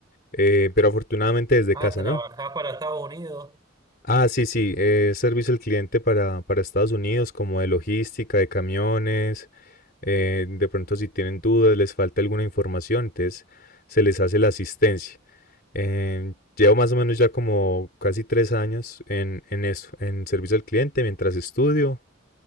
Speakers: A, on the left (about 50°); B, on the right (about 20°).
A: Eh, pero afortunadamente desde
B: ah,
A: casa,
B: trabajás
A: ¿no?
B: para Estados Unidos.
A: Ah, sí, sí, eh, servicio al cliente para, para Estados Unidos, como de logística, de camiones. eh, de pronto, si tienen dudas, les falta alguna información, entonces se les hace la asistencia. Eh, llevo más o menos ya como casi tres años en, en eso, en servicio al cliente, mientras estudio.